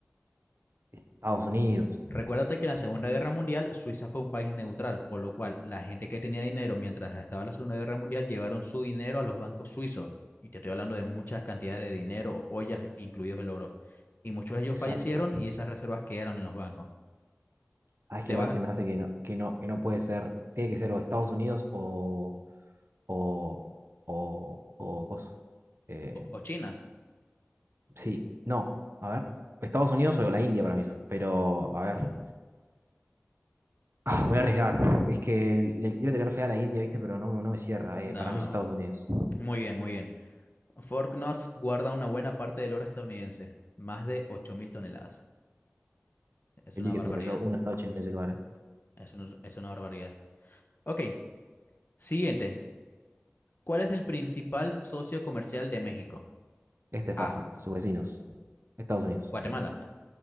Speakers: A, on the right (about 60°); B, on the left (about 50°).
A: Estados Unidos.
B: Recuérdate que en la Segunda Guerra Mundial Suiza fue un país neutral, por lo cual la gente que tenía dinero mientras estaba la Segunda Guerra Mundial llevaron su dinero a los bancos suizos. Y te estoy hablando de muchas cantidades de dinero, joyas, incluidos el oro. Y muchos de ellos
A: Exacto.
B: fallecieron y esas reservas quedaron en los bancos.
A: Sabes
B: ¿Te
A: que igual
B: vas
A: se me hace que no, que no, que no puede ser, tiene que ser o Estados Unidos o, o, o, o cosa. Eh,
B: o o China?
A: sí, no. A ver. Estados Unidos o la India para mí son. Pero, a ver. Ah, me voy a arriesgar. Es que le quiero tener fe a la India, ¿viste? Pero no, no me cierra.
B: No.
A: Eh, para mí es Estados Unidos.
B: Muy bien, muy bien. Knox guarda una buena parte del oro estadounidense, más de 8.000 toneladas. Es
A: Feliz
B: una
A: que
B: barbaridad,
A: tener yo una noche en ese lugar.
B: es una, es una barbaridad. Ok, siguiente. ¿Cuál es el principal socio comercial de México?
A: Este es
B: A.
A: fácil, sus vecinos, Estados Unidos.
B: Guatemala.